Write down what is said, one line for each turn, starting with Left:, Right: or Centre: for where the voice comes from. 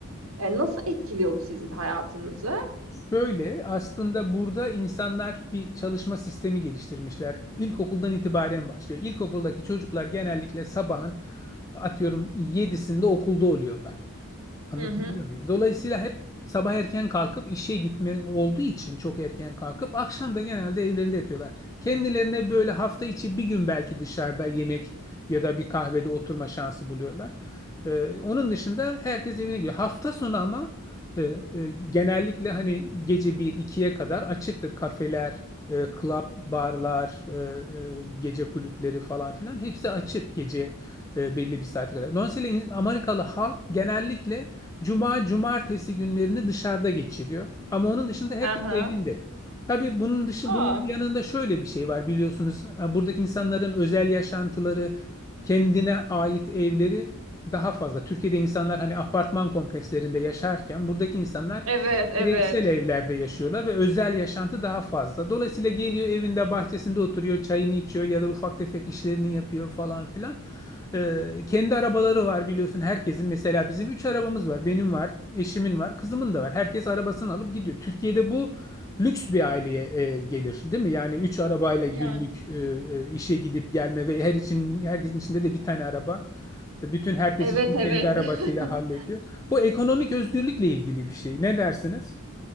Right: E, nasıl etkiliyor bu sizin hayatınızı?
Left: Şöyle aslında burada insanlar bir çalışma sistemi geliştirmişler. İlkokuldan itibaren başlıyor. İlkokuldaki çocuklar genellikle sabahın atıyorum yedisinde okulda oluyorlar. Anlatabiliyor
Right: Hı hı.
Left: muyum? Dolayısıyla hep sabah erken kalkıp işe gitme olduğu için çok erken kalkıp akşam da genelde evlerinde yatıyorlar. Kendilerine böyle hafta içi bir gün belki dışarıda yemek ya da bir kahvede oturma şansı buluyorlar. Ee, onun dışında herkes evine gidiyor. Hafta sonu ama e, e, genellikle hani gece bir ikiye kadar açıktır kafeler, e, club, barlar, e, e, gece kulüpleri falan filan hepsi açık gece e, belli bir saate kadar. Dolayısıyla in- Amerikalı halk genellikle Cuma, cumartesi günlerini dışarıda geçiriyor. Ama onun dışında herkes
Right: Aha.
Left: evinde. Tabii bunun dışı,
Right: Aa,
Left: bunun yanında şöyle bir şey var biliyorsunuz. Ha, Buradaki insanların özel yaşantıları, kendine ait evleri daha fazla. Türkiye'de insanlar hani apartman komplekslerinde yaşarken buradaki insanlar
Right: evet, evet.
Left: bireysel evlerde yaşıyorlar ve özel yaşantı daha fazla. Dolayısıyla geliyor evinde bahçesinde oturuyor, çayını içiyor ya da ufak tefek işlerini yapıyor falan filan. Ee, kendi arabaları var biliyorsun herkesin. Mesela bizim 3 arabamız var. Benim var, eşimin var, kızımın da var. Herkes arabasını alıp gidiyor. Türkiye'de bu lüks bir aileye e, gelir, değil mi? Yani 3 arabayla günlük
Right: Yani.
Left: e, e, işe gidip gelme ve her için herkesin içinde de bir tane araba. Bütün herkes
Right: Evet
Left: için kendi
Right: evet.
Left: arabasıyla
Right: <laughs>
Left: hallediyor. Bu ekonomik özgürlükle ilgili bir şey. Ne dersiniz?